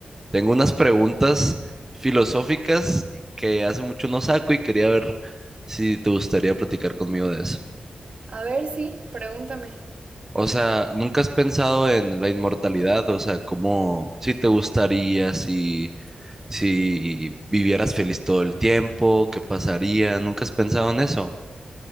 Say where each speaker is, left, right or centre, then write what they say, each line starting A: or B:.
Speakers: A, on the right (about 15°); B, on the right (about 50°).
A: tengo unas preguntas filosóficas que hace mucho no saco y quería ver si te gustaría platicar conmigo de eso.
B: A ver, sí, pregúntame.
A: O sea, ¿nunca has pensado en la inmortalidad? O sea, ¿cómo, si te gustaría, si... Si vivieras feliz todo el tiempo, ¿qué pasaría? ¿Nunca has pensado en eso?